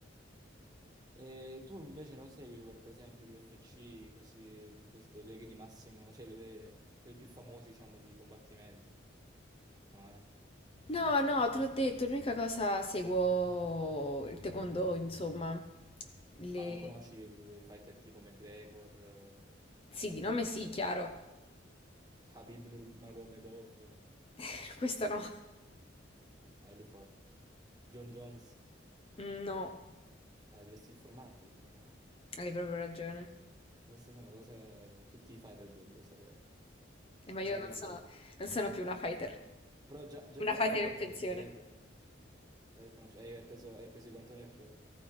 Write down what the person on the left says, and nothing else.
No, no, te l'ho detto, l'unica cosa seguo il taekwondo, insomma. Le...
Sì, di nome sì, chiaro.
<laughs> Questo no.
Mm, No,
hai proprio ragione.
Eh, ma io
non sono,
non sono più una fighter.
Una
fighter
in pensione.